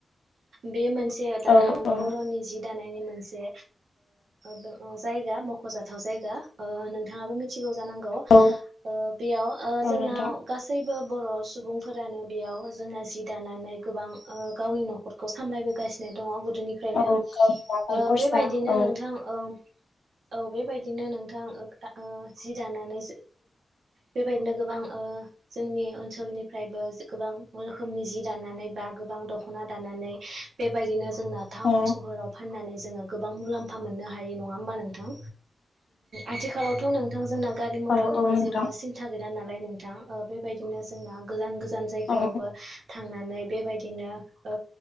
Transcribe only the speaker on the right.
बे मोनसे दा
अ
बर'नि जि दानायनि मोनसे जे ओ जायगा मुंखोजाथाव जायगा अ नोंथांआबो मिथिगौ जानांगौ
ओ बेआव अ
जोंनाव
गासौबो बर सुबुंफोरानो बेयाव जोंना जि दानानै गोबां गावनि न'खरखौ सामलायबोगासिनो दंङ दोनिफ्रायनो
अ
बेबायदिनो
नोंथां अ औ बेबायदिनो नोंथां जि दानानै बेबायदिनो गोबां जोंनि ओनसोलनिफ्रायबो गोबां रोखोमनि जि दानानै बा गोबां दख दखना दानानै बेबायदिनो जोंना थाउन
सहाव फाननानै ज जोंङो गोबां मुलाम्फा मोननो हायै नंङा होमबा नोंथां आथिखालावथ' नोंथां जोंना गारि मथरनिबो
जेबो सिन्था गैया नालाय नोंथां अ बेबायदिनो जोंना गोजान गोजान गोजान जायगायावबो
थांनानै बेबायदिनो ओ